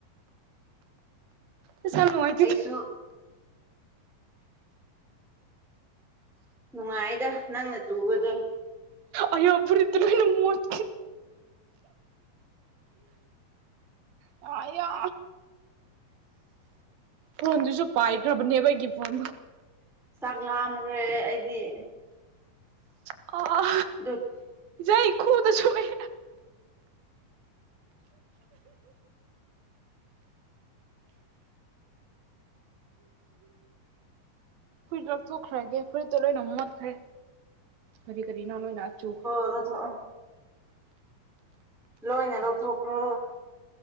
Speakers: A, on the right (about 75°); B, in the centre.
A: ꯏꯁ ꯌꯥꯝ ꯅꯨꯡꯉꯥꯏ
B: ꯑꯩꯁꯨ ꯅꯨꯡꯉꯥꯏꯗ ꯅꯪꯅ ꯇꯨꯕꯗꯣ
A: ꯑꯌꯥ ꯐꯨꯔꯤꯠꯇꯨ ꯂꯣꯏꯅ ꯃꯣꯠ ꯑꯣ ꯑꯌꯥ ꯐꯣꯟꯗꯨꯁꯨ ꯄꯥꯏꯗ꯭ꯔꯕꯅꯦꯕ ꯑꯩꯒꯤ ꯐꯣꯟꯗꯨ
B: ꯆꯛ ꯂꯥꯝꯒ꯭ꯔꯦ ꯑꯩꯗꯤ
A: ꯑꯣ ꯑꯣ
B: ꯗꯠ
A: ꯑꯩ ꯈꯨꯗ ꯁꯣꯛ ꯑꯦ ꯐꯨꯔꯤꯠꯇ ꯂꯧꯊꯣꯛꯈ꯭ꯔꯒꯦ ꯐꯨꯔꯤꯠꯇꯣ ꯂꯣꯏꯅ ꯃꯣꯠꯈ꯭ꯔꯦ ꯀꯔꯤ ꯀꯔꯤꯅꯣ ꯂꯣꯏꯅꯆꯨꯈ꯭ꯔꯦ
B: ꯆꯂꯣ ꯊꯛꯑꯣ ꯂꯣꯏꯅ ꯂꯧꯊꯣꯛꯈ꯭ꯔꯣ